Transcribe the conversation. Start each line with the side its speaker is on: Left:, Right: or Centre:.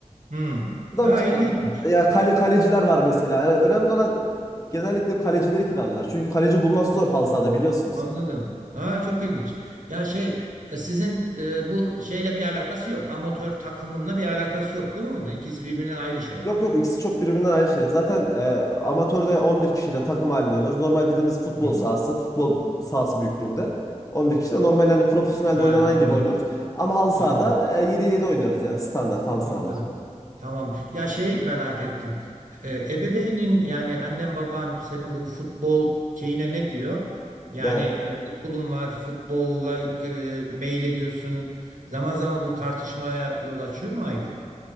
Right: Hmm.
Left: Adam
Right: Ha
Left: kiralıyorlar.
Right: ilginçmiş.
Left: Ya kale- kaleciler var mesela. Yani önemli olan genellikle kalecileri kiralıyorlar. Çünkü kaleci bulması zor halı sahada biliyorsunuz.
Right: Anladım. Ha çok ilginç. Ya şey e, sizin e, bu şeyle bir alakası yok. Amatör takımınla bir alakası yok değil mi bunun? İkisi birbirinden ayrı şeyler.
Left: Yok yok ikisi çok birbirinden ayrı şeyler. Zaten e, amatörde 11 kişiyle takım halinde oynuyoruz. Normal bildiğimiz futbol
Right: Hmm.
Left: sahası, futbol sahası büyüklüğünde 11 kişiyle normal yani profesyonelde
Right: Ha,
Left: oynanan
Right: anladım.
Left: gibi oynuyoruz. Ama halı
Right: Anladım.
Left: sahada e, 7-7 oynuyoruz yani standart halı
Right: Anladım.
Left: sahalar.
Right: Tamam. Ya şey merak ettim. E, ebeveynin yani annen baban senin bu futbol şeyine ne diyor? Yani
Left: Yani,
Right: e, okulun var futbolla e, mail ediyorsun. Zaman zaman bu tartışmaya yol açıyor mu ailede?